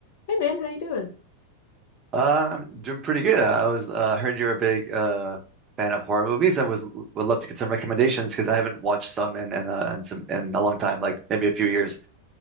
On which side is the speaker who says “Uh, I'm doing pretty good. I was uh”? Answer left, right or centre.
Right